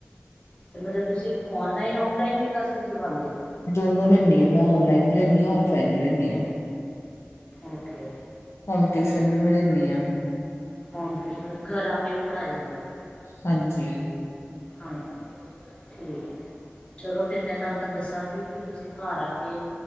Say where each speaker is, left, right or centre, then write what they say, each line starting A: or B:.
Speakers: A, on the left; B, on the left.
A: ਤੇ ਮਤਲਬ ਤੁਸੀ ਔਨਲਾਈਨ ਔਫਲਾਈਨ ਵੀ ਕਲਾਸਿਸ ਲੱਗਾਉਂਦੇ ਹੋ।
B: ਦੋਨੋਂ ਲੈਂਣੀ ਹਾਂ ਮੈਂ ਔਨਲਾਈਨ ਵੀ ਲੈਂਣੀ ਹਾਂ ਔਫਲਾਈਨ ਵੀ ਲੈਂਦੀ ਹਾਂ।
A: ਓਕੇ
B: ਹੋਮ ਟਿਊਸ਼ਨ ਵੀ ਮੈਂ ਦਿੰਦੀ ਆਂ।
A: ਹੋਮ ਟਿਊਸ਼ਨ ਮਤਲਬ ਘਰ ਆ ਕੇ ਵੀ ਪੜ੍ਹਾਏ ਜਾਂਦੇ ਓ।
B: ਹਾਂਜੀ
A: ਹਾਂਜੀ ਠੀਕ ਹੈ। ਚਲੋ ਫਿਰ ਮੈਂ ਤੁਹਾਨੂੰ ਦੱਸਾਂਗੀ ਕਿ ਤੁਸੀ ਘਰ ਆ ਕੇ